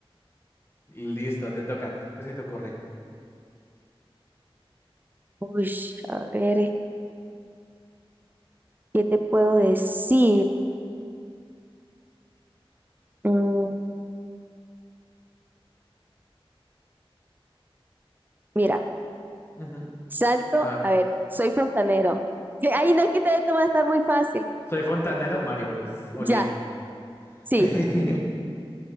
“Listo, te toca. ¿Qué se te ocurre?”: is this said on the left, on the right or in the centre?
Left